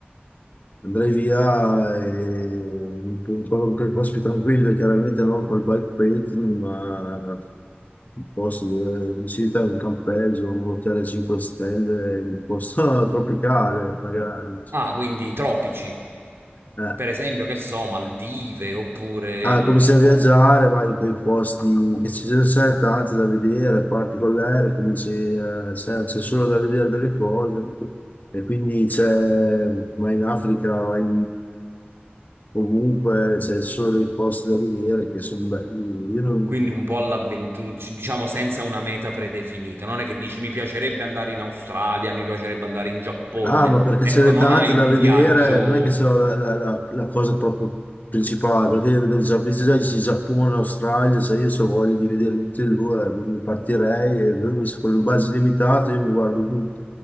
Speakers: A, on the left; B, on the right.
A: Andrei via e in un po' qualche posto più tranquillo, chiaramente non col bikepacking, ma un posto dove mi si in un campeggio, un hotel a 5 stelle, in un posto <laughs> tropicale, magari.
B: Ah, quindi i tropici,
A: Eh.
B: per esempio, che so, Maldive oppure
A: Ah,
B: non
A: cominci
B: lo so.
A: a viaggiare, vai in quei posti che ci sono sempre tanti da vedere, parti con l'aereo, cominci, eh, c'è c'è solo da vedere delle cose. E quindi c'è, vai in Africa, vai ovunque, c'è solo dei posti da vedere che sono belli. Io non,
B: Quindi un po' all'avventura, diciamo senza una meta predefinita. Non è che dici mi piacerebbe andare in Australia, mi piacerebbe andare in Giappone.
A: Ah, ma perché
B: Ecco,
A: ce n'è
B: non
A: tante
B: hai un
A: da vedere,
B: viaggio.
A: non è che so la, la- la- la cosa proprio principale, perché io vedo già, visto già il Giappone, l'Australia, se io so voglio di vedere tutti e due, eh, quindi partirei e lui se con il budget limitato io mi guardo tutto.